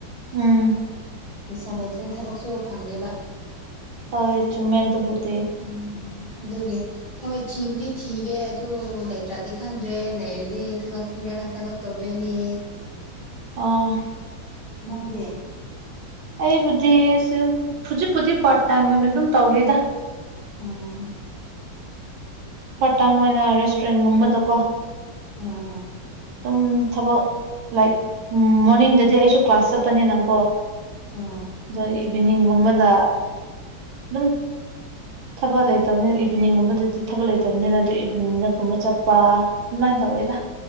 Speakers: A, on the right; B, on the left.
A: ꯎꯝ
B: ꯄꯩꯁꯥ ꯅꯦ ꯊꯔꯤ ꯊꯥꯕꯛꯁꯨ ꯐꯪꯗꯦꯕ
A: ꯍꯣꯏ ꯆꯨꯝꯃꯦ ꯑꯗꯨꯕꯨ ꯗꯤ
B: ꯎꯝ ꯑꯗꯨꯒꯤ ꯍꯣꯏ ꯊꯤꯕꯨꯗꯤ ꯊꯤꯒꯦ ꯑꯗꯨ ꯂꯩꯇ꯭ꯔꯗꯤ ꯈꯪꯗ꯭ꯔꯦ ꯂꯩꯔꯗꯤ ꯊꯕꯛ ꯊꯤꯔꯒ ꯊꯕꯛ ꯇꯧꯗꯣꯏꯅꯦ
A: ꯑꯣ
B: ꯅꯪꯗꯤ
A: ꯑꯩꯕꯨꯗꯤ ꯁ ꯍꯧꯖꯤꯛꯄꯨꯗꯤꯛ ꯄꯥꯔꯠ ꯇꯥꯏꯝ ꯑꯣꯏꯅ ꯑꯗꯨꯝ ꯇꯧꯔꯤꯗ
B: ꯑꯥ
A: ꯄꯇꯥ ꯑꯣꯏꯅ ꯔꯦꯁꯇꯨꯔꯦꯟꯒꯨꯝꯕꯗꯀꯣ
B: ꯍꯣꯏ ꯍꯣꯏ
A: ꯑꯗꯨꯝ ꯊꯕꯛ ꯂꯥꯏꯛ ꯃꯣꯔꯅꯤꯡ ꯗꯗꯤ ꯑꯩꯁꯨ ꯀ꯭ꯂꯥꯁ ꯆꯠꯄꯅꯦ ꯅꯥ ꯀꯣ
B: ꯑꯣ
A: ꯑꯗ ꯏꯚꯤꯅꯤꯡꯒꯨꯝꯕꯗ ꯑꯗꯨꯝ ꯊꯕꯛ ꯂꯩꯇꯕꯅꯤꯅ ꯏꯚꯤꯅꯤꯡ ꯒꯨꯝꯕ ꯗꯥꯗꯤ ꯊꯕꯛ ꯂꯩꯇꯕꯅꯤꯅ ꯑꯗꯨ ꯏꯚꯤꯅꯤꯡ ꯒꯨꯝꯕ ꯗꯥ ꯆꯠꯄꯥ ꯑꯗꯨꯃꯥꯏꯅ ꯇꯧꯋꯦꯗ